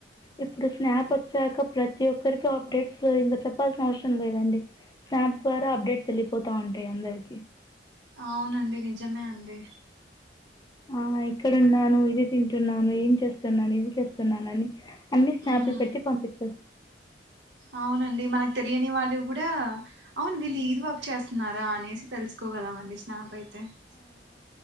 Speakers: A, on the left; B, on the right.
A: ఇప్పుడు స్నాప్ వచ్చాక ప్రతి ఒక్కరికి అప్డేట్స్ ఇంగా చెప్ ప్పాల్సిన అవసరం లేదండి స్నాప్ ద్వారా అప్డేట్స్ వెళ్ళిపోతా ఉంటాయి అందరికి
B: అవునండి నిజమే అండి
A: ఆ, ఇక్కడున్నాను. ఇది తింటున్నాను, ఏం చేస్తున్నాను, ఇది చేస్తున్నాను అని అన్ని స్నాపులు
B: ఉమ్
A: పెట్టి పంపించచ్చు
B: అవునండి, మనకు తెలియని వాళ్ళవి గూడా. అవును, వీళ్ళు ఇది వర్క్ చేస్తున్నారా అనేసి తెలుసుకోగలం అండి స్నాప్ అయితే తే